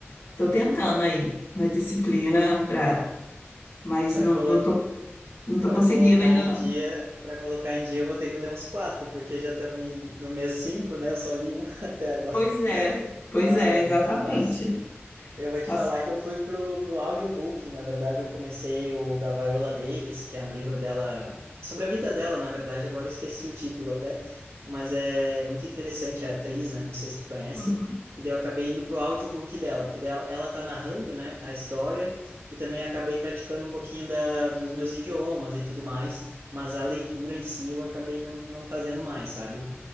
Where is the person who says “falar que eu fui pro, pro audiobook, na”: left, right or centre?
Right